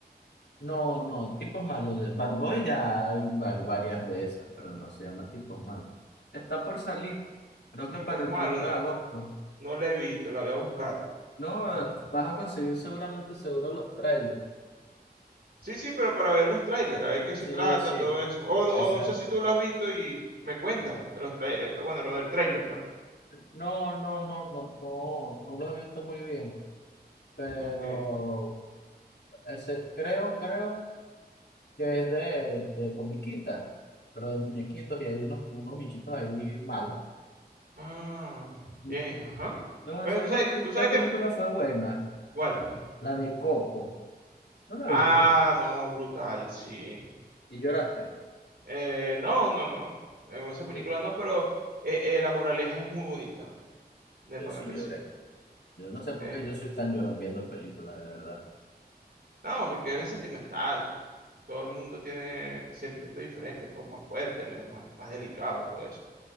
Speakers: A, on the left (about 85°); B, on the right (about 70°).
A: No, no, tipos malos. de Bad Boy ya hay, hay varias de esas, pero no se llama tipos malos. Está por salir, creo
B: Tipos
A: que para
B: malos,
A: el primero
B: no,
A: de agosto.
B: no la he visto, la voy a buscar.
A: No,
B: Ujú.
A: vas a conseguir seguramente seguro los trailers.
B: Sí, sí, pero para ver los trailers, a ver qué se
A: Sí,
B: trata,
A: sí,
B: todo eso. O no,
A: exacto.
B: o no sé si tú lo has visto y me cuenta. Los trai- eh, bueno, lo del trailer, pues.
A: No, no, no, no, no, no lo he visto muy bien, pero
B: Ok.
A: ese creo, creo que es de, de comiquita, pero de muñequitos y hay unos, unos bichitos ahí malos.
B: Ah, bien,
A: Ujú.
B: ajá.
A: No,
B: Bueno,
A: sé
B: tú sabes,
A: qué, peli-
B: tú sabes
A: qué
B: que...
A: película fue buena?
B: ¿Cuál?
A: La de Coco. ¿No la
B: Ah,
A: viste?
B: no, brutal, sí.
A: ¿Y lloraste?
B: Eh, no, no, no. En esa película
A: Yo,
B: no, pero eh, eh, la moraleja es muy bonita. De
A: yo
B: pana
A: sí
B: que
A: lloré.
B: sí.
A: Yo no sé por
B: Eh,
A: qué yo soy tan llorón viendo películas, de verdad.
B: no, porque eres sentimental. Todo el mundo tiene sentimientos diferentes, pues, más fuerte, me- más, más delicado, todo eso.